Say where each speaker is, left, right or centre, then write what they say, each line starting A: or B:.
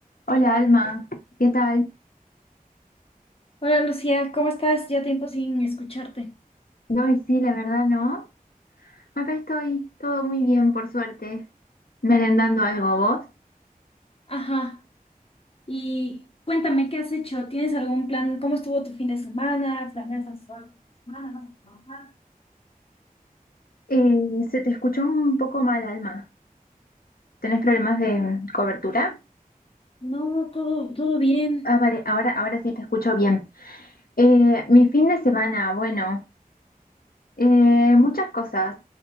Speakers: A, on the left; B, on the left.
A: Hola Alma, ¿qué tal?
B: Hola Lucía, ¿cómo estás? Ya tiempo sin escucharte.
A: No, y sí, la verdad no. Acá estoy, todo muy bien, por suerte. Merendando algo, ¿vos?
B: Ajá. Y cuéntame, ¿qué has hecho? ¿Tienes algún plan? ¿Cómo estuvo tu fin de semana? ¿Planeas hacer algo esta semana? ¿Vas a trabajar?
A: Eh, se te escuchó un poco mal, Alma. ¿Tenés problemas de cobertura?
B: No, todo, todo bien.
A: Ah, vale,
B: <laughs>
A: ahora, ahora sí te escucho bien. Eh, mi fin de semana, bueno, eh, muchas cosas.